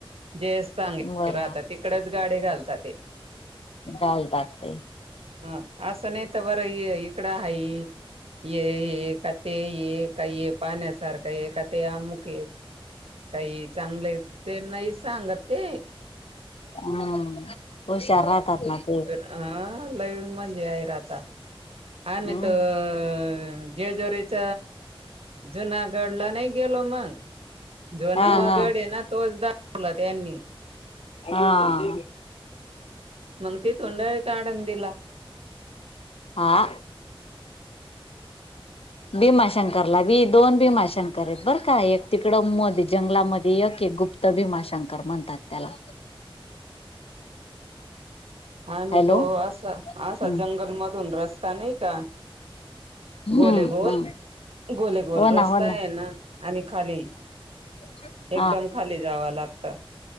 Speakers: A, on the right; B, on the left.
A: जयस टांगे
B: बर
A: राहतात तिकडेच गाडी घालता ते.
B: डाल टाकते.
A: अ असं नाही तर बरं ये इकडं आहे ये ये का ते ये काय ये पाण्यासारखं आहे का ते अमुक य काही चांगले ते नाही सांगत ते.
B: हम् हुशार राहतात ना ते.
A: हा लईव म्हणजे आहे राहता
B: हम्म
A: आणि् तर जेजुरीत च जुनागडला नाही गेलो मंग जो नवागड
B: हा हा
A: आहे ना तोच दाखवला त्यांनी.
B: हा हा.
A: मंग तिथून डायरेक्ट आळंदीला
B: हा बीमाशंकरला बी दोन बीमाशंकर आहेत बरं का एक तिकडं मध्ये जंगलामध्ये यक हे गुप्त भीमाशंकर म्हणतात त्याला.
A: आम्ही
B: हॅलो
A: तो असा असा
B: हम्म
A: जंगलमधून रस्ता नाही का
B: हम्म
A: गोले गोल
B: हम्म.
A: गोले गोल
B: हो
A: रस्ता
B: ना हो
A: आहे
B: ना
A: यांना आणि खाली
B: <inaudible>
A: एकदम खाली जावं लागतं.